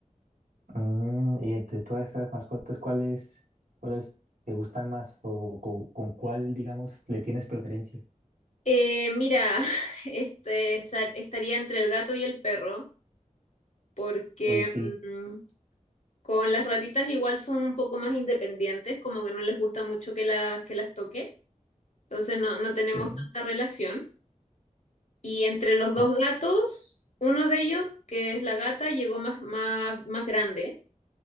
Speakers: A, on the right (about 85°); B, on the left (about 60°).
A: Mm, y entre todas esas mascotas, ¿cuáles, cuáles te gustan más o co- con, cuál, digamos, le tienes preferencia?
B: Eh, mira, <laughs> este sa- estaría entre el gato y el perro, porque
A: Hoy sí,
B: mm, con las ratitas igual son un poco más independientes, como que no les gusta mucho que las que las toque, entonces no, no tenemos
A: sí,
B: tanta relación. Y entre los dos
A: ah,
B: gatos, uno de ellos, que es la gata, llegó más, más, más grande,